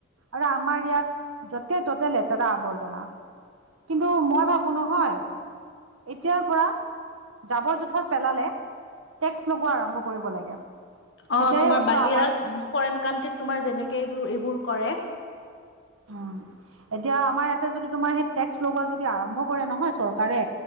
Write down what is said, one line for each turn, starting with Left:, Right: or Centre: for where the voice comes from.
Right: আৰু আমাৰ ইয়াত য'তে ত'তে লেতেৰা আৱৰ্জনা কিন্তু মই ভাবো নহয় এতিয়াৰ পৰা জাবৰ জোথৰ পেলালে টেক্স লগোৱা আৰম্ভ কৰিব লাগে
Left: অ
Right: তেতিয়াহে
Left: তোমাৰ
Right: হয়তো
Left: বাহিৰা
Right: আমাৰ
Left: ফৰেইন কাানট্ৰিত তোমাৰ যেনেকে এইবোৰ এইবোৰ কৰে
Right: উম এতিয়া আমাৰ ইয়াতে যদি তোমাৰ সেই টেক্স লগোৱা যদি আৰম্ভ কৰে নহয় চৰকাৰে